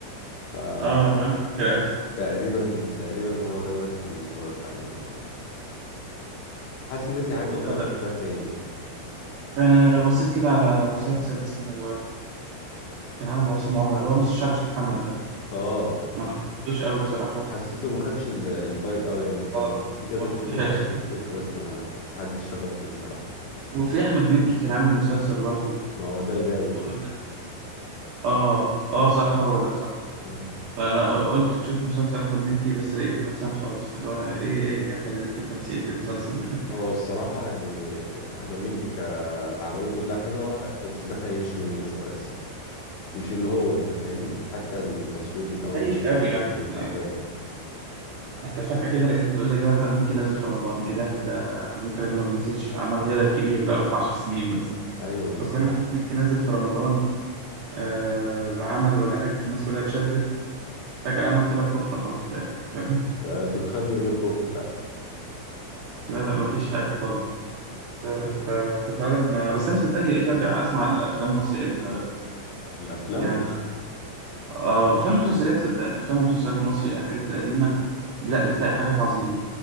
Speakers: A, on the left; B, on the right.
A: فتقريبا
B: آه ما نفس الكلام
A: تقريبا هو ده بس اللي اتفرجت عليهم اه حاسس إن ناسي
B: <laughs>
A: حاجه والله
B: لا
A: بس مش عارف ايه هي إيه.
B: انا بصيت كده على مسلسل اسمه كان عامل عصام عمر اللي هو نص الشعب اسمه محمد ده
A: اه
B: ما حبيتوش قوي بصراحة
A: حسيته ما خدش ال- الفايب قوي يعني كان
B: خالص
A: في كذا
B: ما كانش
A: فيديو
B: حلو
A: نزل على التيك توك بس ما ما حدش شكر فيه الصراحه
B: <laughs> وفي أحمد مكي كان عامل مسلسل برضو
A: ما هو ده الغاوي
B: قلنا
A: اه
B: آه آه صح هو ده صح
A: مم.
B: فأنا قلت تشوف مسلسل أحمد مكي بس لقيته فاكسان خالص اللي هو إيه إيه يا أحمد مكي التمثيل المسلسل ده <laughs>
A: هو الصراحه يعني احمد مكي كاعماله كلها حلوه بس ده خيش منه شويه الصراحه مش اللي هو انت فاهمني حتى التصوير بتاعه
B: عايش
A: المونتاج
B: قوي
A: تحسه
B: يعني
A: تعبان
B: أنت فجأة كده لقيت بتقول لي ده أحمد مكي نازل في رمضان إيه ده ده أحمد مكي راجل ما بينزلش في أعمال هيرا كبير بقاله بتاع 10 سنين بس
A: ايوه بالظبط
B: فكون أحمد مكي نازل في رمضان آه بعمل ولا حاجة فالناس كلها اتشدت فجأة العمل طلع كفتة خالص في الآخر فاهم
A: آه، دخان من غير كفته فعلا
B: لا لا مفيش حاجة خالص لا لا ف... ففعلا بس أنا صدقني بقيت أرجع أسمع الأفلام المصري القديمة بقى
A: الافلام
B: يعني آه أفلام ومسلسلات صدقني أفلام ومسلسلات مصري الحاجات القديمة لا بتلاقي حاجات عظيمة